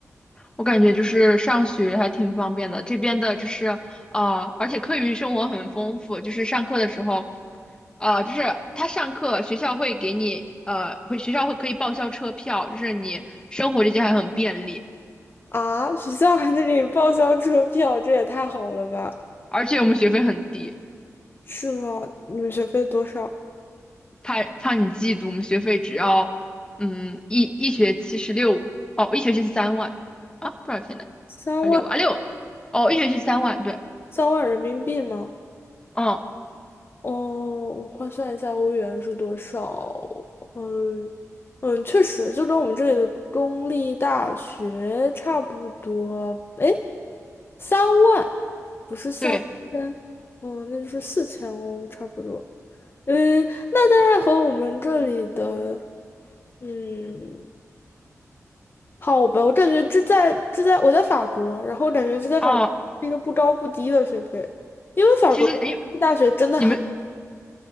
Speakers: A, on the left; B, on the left.
A: 我感觉就是上学还挺方便的，这边的就是呃，而且课余生活很丰富，就是上课的时候，呃，就是他上课学校会给你呃，会学校会可以报销车票，就是你生活这些还很便利，
B: 啊，学校还能给你报销车票，这也太好了吧？
A: 而且我们学费很低，
B: 是吗？你们学费多少？
A: 怕怕你嫉妒，我们学费只要嗯一一学期是六哦，一学期是三万啊，多少钱来着？
B: 三万。
A: 还六万啊六哦，一学期三万，对，
B: 三万人民币吗？
A: 嗯
B: 哦，我换算一下欧元是多少？嗯嗯，确实就跟我们这里的公立大学差不多。诶，三万，不是三千，
A: 对
B: 哦，那就是四千欧，差不多。嗯，那大概和我们这里的，嗯，好吧，我感觉这在这在我在法国，然后我感觉这在法国是一个不高不低的学费，
A: 啊，
B: 因为法国的大学真的很。
A: 其实因为你们。